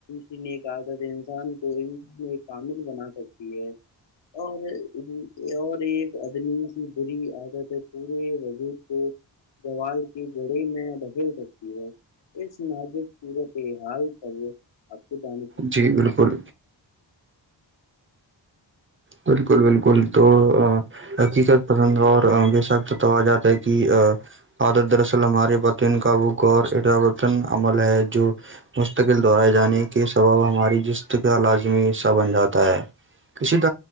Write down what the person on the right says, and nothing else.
جی بالکل بالکل بالکل تو حقیقت پسند ہے اور بے شخ تو آجات ہے کہ عادت دراصل ہماری باتین کاب غور اجت عمل ہے جو مستقل دہرائے جانے کے کے سبب ہماری جس کا لازمی حصہ بن جاتا ہے کسی ط